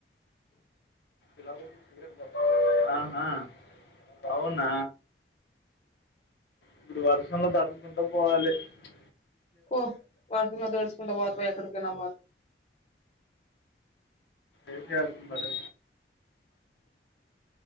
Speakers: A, on the left; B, on the left.
A: ఆహా ఆహా బాగున్న ఇప్పుడు వర్షంలో తడ్సుకుంటాపోవాలి ప్చ్
B: పో వర్షంలో తడుచుకుంట పోతవో ఎక్కడికైనా పో
A: ఏంజేస్నారూ